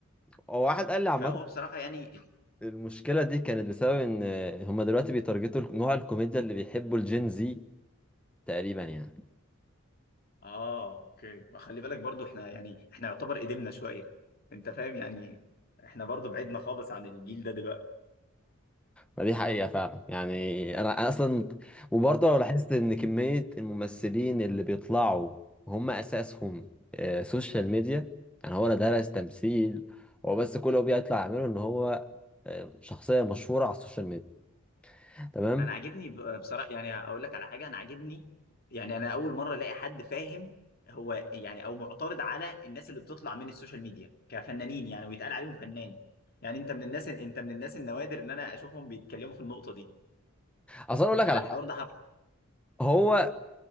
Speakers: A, in the centre; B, on the left.
A: هو واحد قال لي عامة
B: فهو بصراحة يعني
A: المشكلة دي كانت بسبب ان هما دلوقتي بيتارجتوا نوع الكوميديا اللي بيحبوا الجين زي تقريبا يعني
B: اه اوكي ما خلي بالك برضو احنا يعني احنا يعتبر قدمنا شوية انت فاهم يعني احنا برضو بعدنا خالص عن الجيل ده دلوقتي
A: ما دي حقيقة فعلا يعني انا أنا اصلا وبرضه لو لاحظت ان كمية الممثلين اللي بيطلعوا هم اساسهم آه، سوشيال ميديا يعني هو لا درس تمثيل هو بس كل اللي هو بيطلع يعمله ان هو آه، شخصية مشهورة على السوشيال ميديا تمام
B: انا عاجبني ب- بصراحه يعني اقول لك على حاجه انا عاجبني يعني انا اول مره الاقي حد فاهم هو يعني او معترض على الناس اللي بتطلع من السوشيال ميديا كفنانين يعني ويتقال عليهم فنان يعني انت من الناس انت من الناس النوادر ان انا اشوفهم بيتكلموا في النقطه دي
A: اصلا اقول لك
B: انا
A: على
B: الحوار
A: حاجة
B: ده عارفه
A: هو